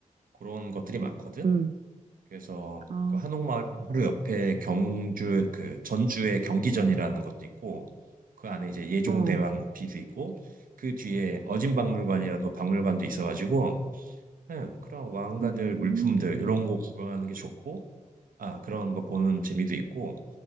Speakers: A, on the right; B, on the right.
A: 그런 것들이 많거든
B: 음.
A: 그래서
B: 아.
A: 그 한옥마을 바로 옆에 경주 그 전주의 경기전이라는 것도 있고 그 안에 이제 예종대왕
B: 어.
A: 비도 있고 그 뒤에 어진박물관이라도 박물관도 있어가지고 네, 그런 왕가들
B: 음.
A: 물품들 이런 거 구경하는 게 좋고 아 그런 거 보는 재미도 있고